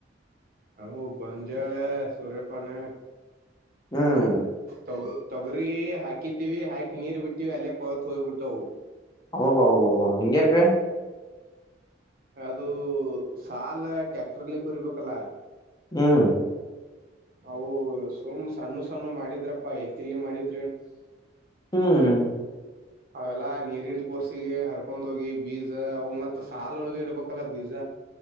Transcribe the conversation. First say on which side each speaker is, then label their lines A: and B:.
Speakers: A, on the right; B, on the left.
A: ಅವು ಗೋಂಜಾಳ ಸೂರ್ಯಪಾನ
B: ಹ್ಮ್
A: ತೋ. ತೊಗರಿ ಹಾಕಿದ್ದೀವಿ ಹಾಕಿ ನೀರ್ ಬಿಟ್ಟಿವಿ ಅಲ್ಲ ಕೊಳತ್ ಹೋಗ ಬಿಟ್ಟವು.
B: ಹಬಬ ಹಾಂಗ್ಯಾಕ್.
A: ಅದು ಸಾಲ ಟ್ಯಾಕ್ಟ್ರಲ್ಲಿ ಕೋರಿಬೇಕ್ರಿಯಲ್ಲ.
B: ಹ್ಮ್.
A: ಅವು ಸುಮ್ ಸಣ್ಣ ಸಣ್ಣು ಮಾಡಿದ್ರಪ್ಪಾ ಎತ್ತಿಲ್ಲಿ ಮಾಡಿದ್.
B: ಹ್ಮ್.
A: ಅವೆಲ್ಲಾ ನೀರಿನ್ ಪೋರ್ಸಿಗೆ ಹರ್ಕೊಂಡ ಹೋಗಿ ಬೀಜ ಅವ ಮತ್ ಸಾಲ ಒಳಗ ಇಡ್ಬೇಕಲ್ಲ ಬೀಜ.